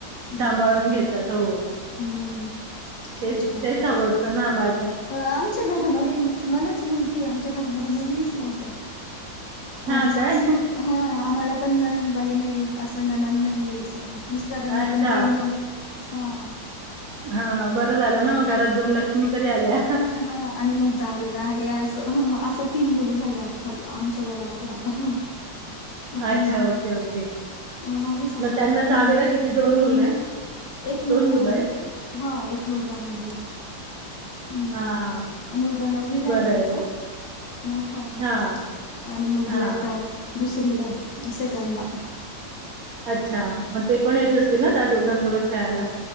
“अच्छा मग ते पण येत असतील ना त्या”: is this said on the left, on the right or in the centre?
Right